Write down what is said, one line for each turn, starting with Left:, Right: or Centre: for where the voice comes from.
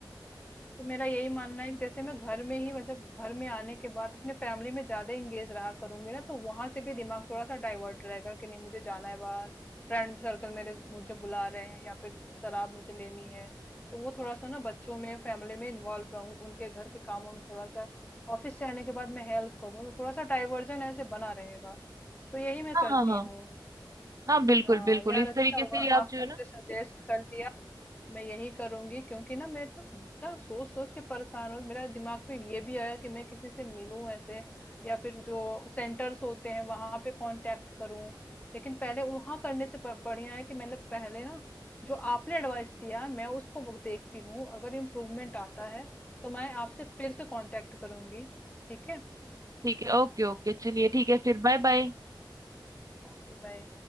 Left: तो मेरा यही मानना है कि जैसे मैं घर में ही मतलब घर में आने के बाद अपने फैमिली में ज्यादा इंगेज रहा करूंगी ना तो वहां से भी दिमाग थोड़ा सा डाइवर्ट रहेगा कि नहीं मुझे जाना है बाहर फ्रेंड सर्कल मेरे मुझे बुला रहे हैं या फिर शराब मुझे लेनी है तो वो थोड़ा सा ना बच्चों में फैमिली में इन्वॉल्व रहूं उनके घर के कामों में थोड़ा सा ऑफिस से आने के बाद मैं हेल्प करूँ तो थोड़ा सा डाइवर्जन ऐसे बना रहेगा तो यही मैं
Right: हाँ
Left: करती
Right: हाँ हाँ
Left: हूँ
Right: हाँ बिल्कुल
Left: आ,
Right: बिल्कुल
Left: यार
Right: इस
Left: अच्छा
Right: तरीके
Left: हुआ
Right: से ही आप
Left: आपने
Right: जो है
Left: मुझे
Right: ना
Left: सजेस्ट कर दिया मैं यही करूंगी क्योंकि ना मैं तो इतना सोच सोच के परेशान हूँ मेरा दिमाग में ये भी आया कि मैं किसी से मिलूं ऐसे या फिर जो सेंटर्स होते हैं वहां पे कांटेक्ट करूं लेकिन पहले वहां करने से प- बढ़िया है कि मैंने पहले ना जो आपने एडवाइस दिया मैं उसको वो देखती हूँ अगर इम्प्रूवमेंट आता है तो मैं आपसे फिर से कांटेक्ट करूंगी ठीक है
Right: ठीक है ओके ओके चलिए ठीक है फिर बाय बाय
Left: Okay bye